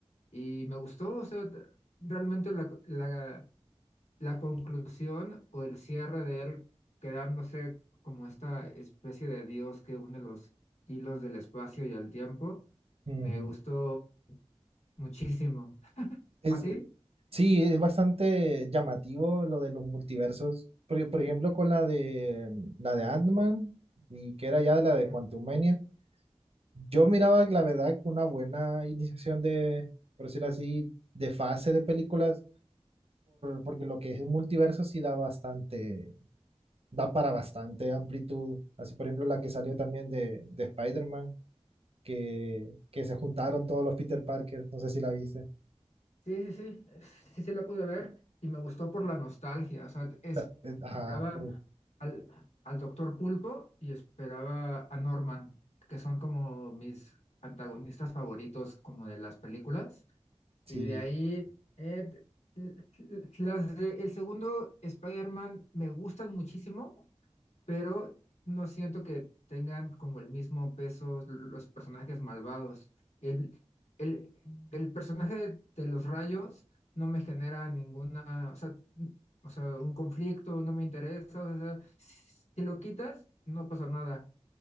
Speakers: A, on the left; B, on the right.
A: Y me gustó, o sea, t- realmente la, la, la conclusión o el cierre de él quedándose como esta especie de dios que une los hilos del espacio y el tiempo,
B: Ujú.
A: me gustó muchísimo.
B: Es,
A: ¿A ti?
B: sí, es bastante llamativo lo de los multiversos. Por, por ejemplo, con la de la de Ant-Man y que era ya la de
A: Ajá.
B: Quantumania. Yo miraba, la verdad, una buena iniciación de, por decirlo así, de fase de películas, porque lo que es el multiverso sí da bastante, da para bastante amplitud. Así, por ejemplo, la que salió también de, de Spider-Man que, que se juntaron todos los Peter Parker, no sé si la viste.
A: Sí, sí, sí, sí se la pude ver y me gustó por la nostalgia, o sea, esperaba
B: Ta- eh, Ajá, pero
A: al, al Doctor Pulpo y esperaba a Norman, que son como mis antagonistas favoritos como de las películas.
B: sí,
A: Y de ahí, eh, l- l- las de- el segundo Spider-Man me gustan muchísimo, pero no siento que tengan como el mismo peso los personajes malvados. El, el, el personaje de, de los rayos no me genera ninguna, o sea, n- o sea, un conflicto, no me interesa, o sea, si lo quitas, no pasa nada.